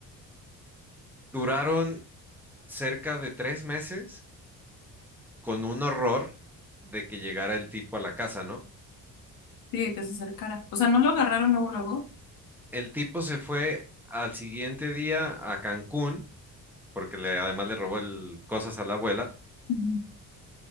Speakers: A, in the centre; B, on the left (about 70°).
A: duraron cerca de tres meses con un horror de que llegara el tipo a la casa, ¿no?
B: que se acercara. O sea, no lo agarraron luego, luego.
A: El tipo se fue al siguiente día a Cancún, porque le, además le robó el- cosas a la abuela,
B: Ujú,